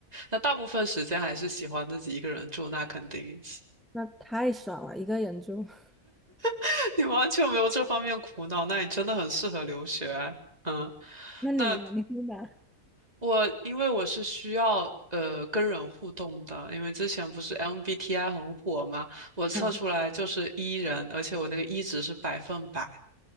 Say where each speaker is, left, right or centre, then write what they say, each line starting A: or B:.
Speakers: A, on the right; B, in the centre.
A: 那大部分时间还是喜欢自己一个人住，那肯定。
B: <laughs> 那太爽了，一个人住。<laughs>
A: <laughs> 你完全没有这方面苦恼，那你真的很适合留学。嗯，
B: 那你呢？
A: 那
B: 你会吗？
A: 我因为我是需要呃跟人互动的，因为之前不是 MBTI 很火嘛，我测出来就是
B: 嗯
A: E 人，而且我那个 E 值是百分百，